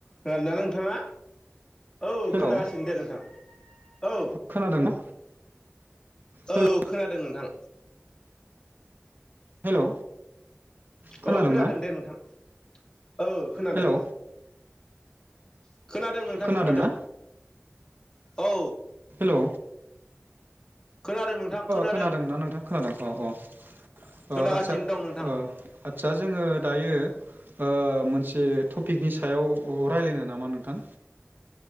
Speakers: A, on the left; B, on the right.
A: खोनादोंना नोंथाङा औ
B: हेलौ
A: खोनागासिनो दे नोंथां औ
B: खोनादोंना हेलौ
A: औ खोनादों नोंथां
B: हेलौ खोनादोंना
A: औ खोनादों दे नोंथां औ खोनादों
B: हेलौ
A: <unintelligible> खोनादों नोंथां
B: खोनादोंना
A: खोनादों औ
B: हेलौ अ
A: खोनादों नोंथां खोनादों
B: खोनादोंना नोंथां खोनादों अ अ अ
A: खोनागासिनो
B: आचसा
A: दं नोंथां
B: अ आचसा जोङो दायो ओ मोनसे टपिकनि सायाव रायलायनो नामा नोंथां